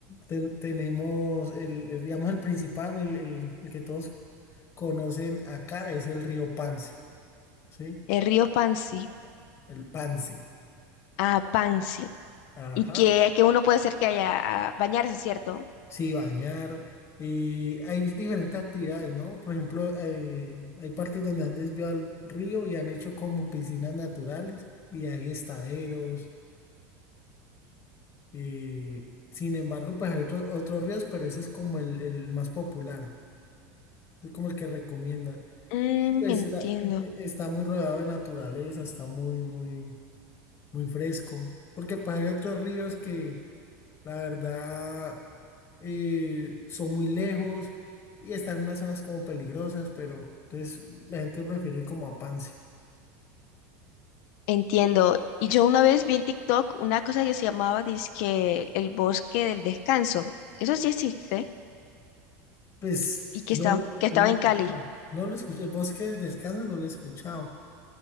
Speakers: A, on the left; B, on the left.
A: ten- tenemos el, el, digamos, el principal, o el, el- el que todos conocen acá es el río Pance, ¿sí?
B: El río Pansi.
A: El Pance.
B: Ah, Pansi.
A: Ajá.
B: y que, que uno puede ser que haya a bañarse, ¿cierto?
A: Sí, bañar. eh, hay diferentes actividades, ¿no? Por ejemplo, eh, hay partes donde han desviado el río y han hecho como piscinas naturales y hay estaderos. eh, sin embargo, pues hay otro- otros ríos, pero ese es como el, el más popular. Es como el que recomienda.
B: Mm,
A: Y pues
B: entiendo,
A: era- e- está muy rodeado de naturaleza, está muy, muy, muy fresco. Porque pues hay otros ríos que la verdad eh, son muy lejos y están en unas zonas como peligrosas, pero entonces la gente prefiere ir como a Pance.
B: entiendo. Y yo una vez vi en TikTok una cosa que se llamaba dizque el bosque del descanso. Eso sí existe
A: Pues
B: y que
A: no,
B: estaba, que estaba
A: no lo
B: en
A: he escuchado.
B: Cali,
A: No lo he escuchado. El Bosque del Descanso no lo he escuchado.